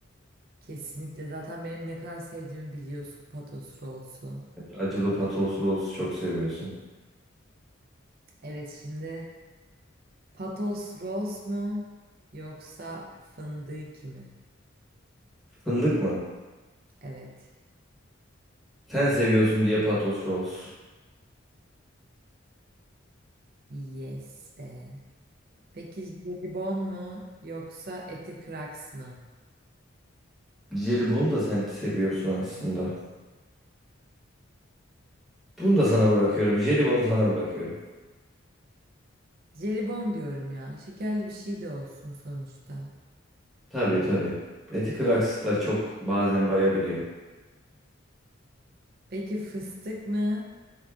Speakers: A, on the right; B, in the centre.
A: Kesinlikle. Zaten benim ne kadar sevdiğimi biliyorsun Patos Rolls'u.
B: Evet, Acılı patos rolls çok seviyorsun.
A: Evet şimdi Patos Rolls mu? Yoksa fındık mi?
B: Fındık mı?
A: Evet.
B: Sen seviyorsun diye patos rolls.
A: Yes be. Peki jelibon mu yoksa eti kraks mı?
B: Jelibonu da sen seviyorsun aslında. Bunu da sana bırakıyorum. Jelibonu sana bırakıyorum.
A: Jelibon diyorum ya. Şekerli bir şey de olsun sonuçta.
B: Tabii tabii. Eti kıraksı da çok bazen bayabiliyor.
A: Peki fıstık mı